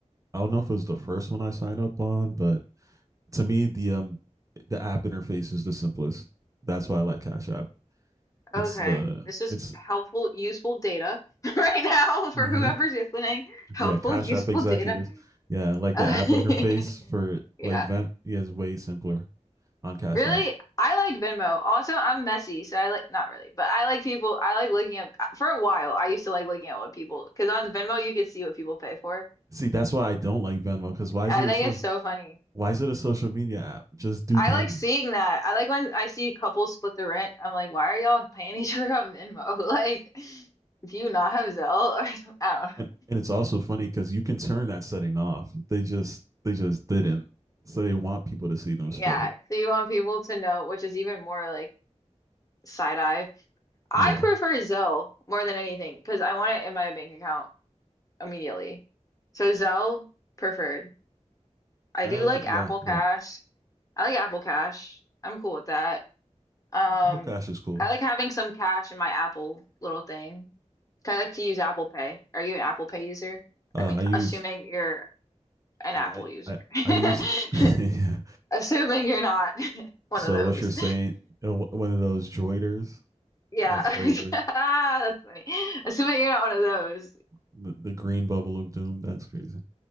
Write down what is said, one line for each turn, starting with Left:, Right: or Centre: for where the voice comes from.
Right: I don't know if it was the first one I signed up on, but to me the um the app interface is the simplest. That's why I like Cash App. It's
Left: Okay,
Right: uh
Left: this is
Right: it's
Left: helpful, useful data <laughs> right now for
Right: mhm.
Left: whoever's listening. Helpful,
Right: yeah Cash
Left: useful
Right: App executives.
Left: data.
Right: Yeah, like
Left: <laughs>
Right: the app interface for
Left: Yeah.
Right: like Vent yeah, is way simpler. on Cash
Left: Really?
Right: App.
Left: I like Venmo. Also, I'm messy, so I like not really, but I like people. I like looking at for a while. I used to like looking at what people because on Venmo you could see what people pay for.
Right: See, that's why I don't like Venmo because why is
Left: I
Right: it
Left: think
Right: a social?
Left: it's so funny.
Right: Why is it a social media app? Just do
Left: I
Right: payments.
Left: like seeing that. I like when I see couples split the rent. I'm like, why are y'all paying each other on Venmo? <laughs> Like, do you not have Zelle <laughs> or something? I don't
Right: And
Left: know.
Right: and it's also funny because you can turn that setting off. They just they just didn't. So they want people to see them
Left: Yeah.
Right: split it.
Left: So you want people to know, which is even more like side eye. I
Right: Yeah.
Left: prefer Zelle more than anything because I want it in my bank account. immediately. So Zelle preferred. I
Right: Uh.
Left: do like
Right: Yeah.
Left: Apple Cash.
Right: Yeah.
Left: I like Apple Cash. I'm cool with that. Um,
Right: Apple Cash is cool.
Left: I like having some cash in my Apple little thing. 'Cause I like to use Apple Pay. Are you an Apple Pay user?
Right: Uh.
Left: I mean,
Right: I use.
Left: assuming you're an
Right: Yeah.
Left: Apple
Right: I
Left: user.
Right: I,
Left: <laughs>
Right: I use. <laughs> yeah.
Left: Assuming you're not <laughs> one
Right: So
Left: of those.
Right: what you're saying? uh, One of those droiders.
Left: Yeah.
Right: That's
Left: <laughs>
Right: crazy.
Left: Ah, that's funny. Assuming you're not one of those.
Right: The, the green bubble of doom. That's crazy.